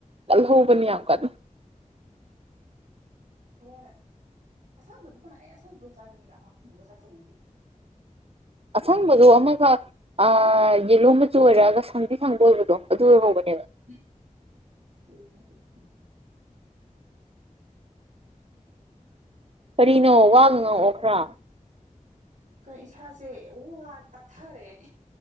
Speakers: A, on the right (about 45°); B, on the right (about 70°).
A: ꯀꯜꯍꯧꯕꯅꯤ ꯌꯥꯝ ꯀꯟꯅ
B: ꯈꯔ ꯑꯁꯪꯕꯗꯤ ꯄꯥꯟ ꯑꯦ ꯑꯩ ꯑꯁꯪꯕꯣꯏ ꯆꯥꯅꯤꯡꯉꯦꯕ ꯑꯍ ꯃꯨꯟꯕꯗꯣ ꯆꯥꯖꯅꯤꯡꯗꯦ
A: ꯑꯁꯪꯕꯗꯣ ꯑꯃꯈꯛ ꯑꯥ ꯌꯦꯂꯣ ꯃꯆꯨ ꯑꯣꯏꯔꯛꯑꯒ ꯁꯪꯗꯤ ꯁꯪꯕ ꯑꯣꯏꯕꯗꯣ ꯑꯗꯨ ꯑꯣꯏꯍꯧꯕꯅꯤ
B: <unintelligible>
A: ꯀꯔꯤꯅꯣ ꯋꯥꯒ ꯉꯥꯡꯉꯛꯑꯣ ꯈꯔ
B: ꯀ ꯏꯁꯥꯁꯦ ꯋꯥꯔꯦ ꯄꯠꯊꯔꯦ